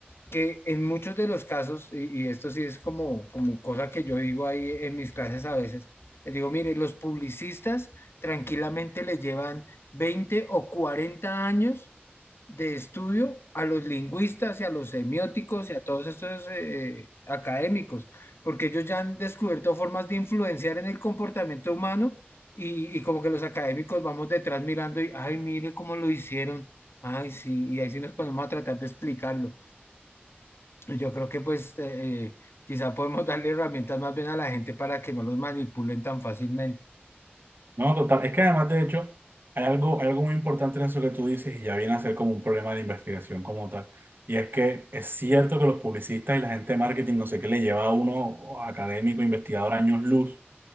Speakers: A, on the left; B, on the right.
A: que en muchos de los casos, y, y esto sí es como, como cosa que yo digo ahí en mis clases a veces, les digo, mire, los publicistas tranquilamente le llevan 20 o 40 años de estudio a los lingüistas y a los semióticos y a todos estos eh, académicos, porque ellos ya han descubierto formas de influenciar en el comportamiento humano y, y como que los académicos vamos detrás mirando y, ay, mire cómo lo hicieron, ay, sí, y ahí sí nos ponemos a tratar de explicarlo. Y Yo creo que pues eh, eh, quizá podemos darle herramientas más bien a la gente para que no los manipulen tan fácilmente.
B: No, total. Es que además, de hecho, hay algo, hay algo muy importante en eso que tú dices y ya viene a ser como un problema de investigación como tal. Y es que es cierto que los publicistas y la gente de marketing, no sé qué, le lleva a uno académico, investigador, años luz,